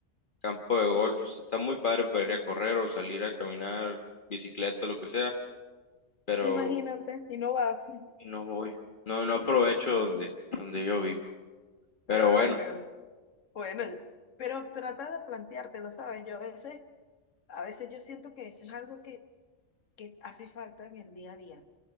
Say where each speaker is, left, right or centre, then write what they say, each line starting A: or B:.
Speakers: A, on the left (about 40°); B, on the left (about 80°).
A: campo de golf, o sea, está muy padre para ir a correr o salir a caminar, bicicleta, lo que sea, pero
B: imagínate, y no vas.
A: no voy. No, no aprovecho donde, donde yo vivo.
B: <laughs>
A: Pero
B: Ay,
A: bueno,
B: no. Bueno, yo- pero trata de planteártelo, ¿sabes? Yo a veces, a veces yo siento que eso es algo que, que hace falta en el día a día